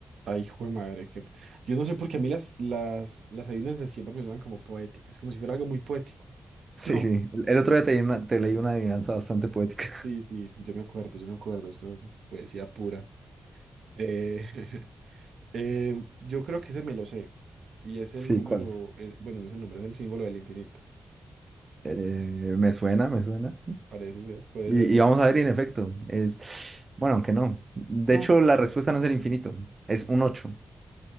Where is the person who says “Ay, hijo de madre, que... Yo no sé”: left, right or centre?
Right